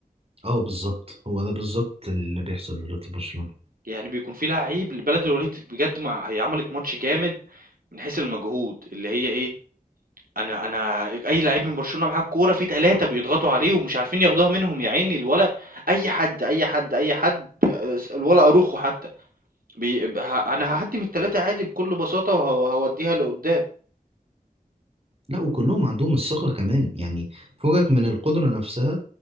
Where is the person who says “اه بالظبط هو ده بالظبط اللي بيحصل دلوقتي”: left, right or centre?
Right